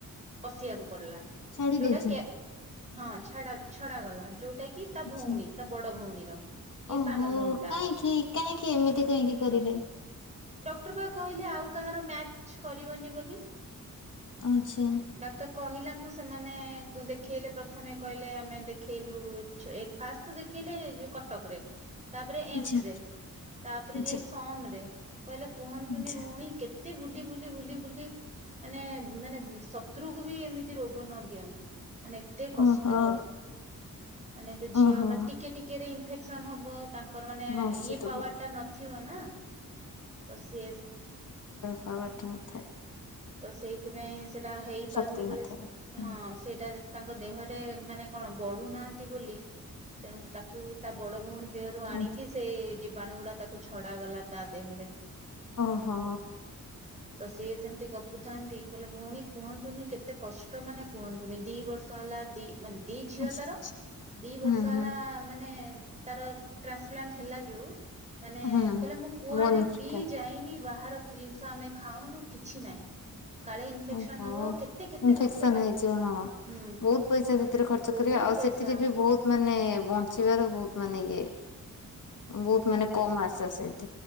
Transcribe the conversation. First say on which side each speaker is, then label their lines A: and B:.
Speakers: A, on the right; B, on the left.
A: ପଶିବାକୁ ପଡିଲା।
B: ଛାଡି
A: ଯୋଉଟା
B: ଦେଇଛନ୍ତ।
A: କେ ହଁ ଛାଡା ଛଡା ଗଲା ଯୋଉଟା କି ତା
B: ଆଛା।
A: ଭଉଣୀ ତା ବଡ ଭଉଣୀର। ଇଏ
B: ଓହୋ!
A: ସାନ ଭଉଣୀ ଟା
B: କାଇଁକି, କାହିଁକି, ଏମିତି କାହିଁକି କରିଲେ?
A: ଡକ୍ଟର୍ ପା କହିଲେ ଆଉ କାହାର ମ୍ୟାଚ୍ କରିବନି ବୋଲି।
B: ଆଚ୍ଛା।
A: ଡାକ୍ତର କହିଲାଙ୍କୁ ସେମାନେ ଦେଖେଇଲେ ପ୍ରଥମେ କହିଲେ ଆମେ ଦେଖେଇଲୁ ଛ-ଏ ଫାଷ୍ଟ ଦେଖି ଖିଲେ ଯୋଉ କଟକ ରେ। ତାପରେ ଏମସ୍
B: ଆଛା।
A: ରେ ତାପରେ
B: ଆଛା
A: ଯାଇ ସମ୍ ରେ। କହିଲେ କୁହନ୍ତୁନି
B: ଆଛା
A: ଭଉଣୀ କେତେ ବୁଲି ବୁଲି ବୁଲି ବୁଲି ମାନେ ମାନେ ଶତ୍ରୁକୁ ବି ଏମିତି ରୋଗ ନ ଦିଅନ୍ତୁ। ମାନେ ଏତେ କଷ୍ଟ।
B: ଓହୋ
A: ମାନେ ସେ ଝିଅ
B: ଓହୋ
A: ମାନେ ଟିକେ ଟିକେରେ ଇନ୍ଫେକ୍ ସନ ହବ। ତାଙ୍କ ତାଙ୍କର ମାନେ
B: ହଁ ସେ
A: ଇଏ
B: ତ
A: ପାୱାର
B: ବହୁ-
A: ଟା ନଥିବ ନା। ତ ସିଏ
B: ପାୱାର୍ ଟା ନଥାଏ ।
A: ତ ସେଇଥିପାଇଁ ସେଟା ହେଇପାରୁନି
B: ଶକ୍ତି
A: ବୋଲି
B: ନଥାଏ।
A: ହଁ
B: ହୁଁ,
A: ସେଇଟା ତାଙ୍କ ଦେହରେ ମାନେ କଣ ବଢୁନାହାନ୍ତି ବୋଲି। ତେଣୁ ତାକୁ ତା ବଡ ଭଉଣୀ ଦେହରୁ ଆଣିକି
B: ଆଚ୍ଛା,
A: ସେ ଜୀବାଣୁ ଗୁଡା ତାକୁ ଛଡା ଗଲା ତା ଦେହରେ।
B: ଓ ହୋ!
A: ତ ସିଏ ସେମିତି କ ହୁଥାନ୍ତି, କହିଲେ ଭଉଣୀ କୁହନ୍ତୁନି କେତେ କଷ୍ଟ ମାନେ କୁହନ୍ତୁନି ଦି ବର୍ଷ ହେଲା ଦି ମାନେ ଦି ଝିଅ
B: ଆଛା
A: ତାର ଦି ବର୍ଷ
B: ହୁଁ
A: ହେଲା
B: ହୁଁ
A: ମାନେ ତାର ଟ୍ରାନ୍ସପ୍ଲାଣ୍ଟ ହେଲା ଯୋଉ ମାନେ
B: ହୁଁ।
A: କହିଲେ ମୁଁ କୁଆଡେ
B: ବୋନ୍ ମ୍ୟାରୋଟା,
A: ବି ଯାଇନି ବାହାର କି ଜିନିଷ ଆମେ ଖାଉନୁ କିଛି ନାହିଁ। କାଳେ ଇନଫେକ୍ସନ
B: ଓହୋ!
A: ହବ କେତେ କେତେ
B: ଇନଫେକ୍ସନ
A: ଲକ୍ଷ ଟଙ୍କା
B: ହେଇଯିବ। ହଁ
A: ହୁଁ
B: ବହୁତ ପଇସା ସେଥିରେ ଖର୍ଚ୍ଚ
A: ବହୁତ
B: କରି ଆଉ
A: ପଇସା
B: ସେଥିରେ ବି ବହୁତ ମାନେ ବଞ୍ଚିବାର ବହୁତ ମାନେ ଇଏ। ବହୁତ ମାନେ କମ ଆଶା ସେଇଥି